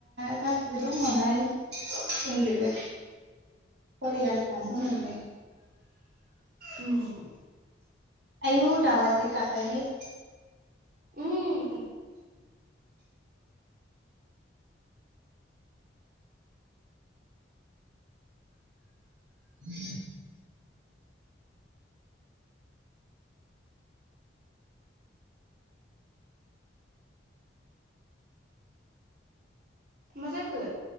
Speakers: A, on the right (about 65°); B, on the right (about 50°).
A: गासिबो दङहाय दंजोबो बरिया नोंथां दंजोबो।
B: ओ उम
A: आयु दाउवा जि गाब्बायहाय।
B: उम
A: <unintelligible>
B: मा जाखो?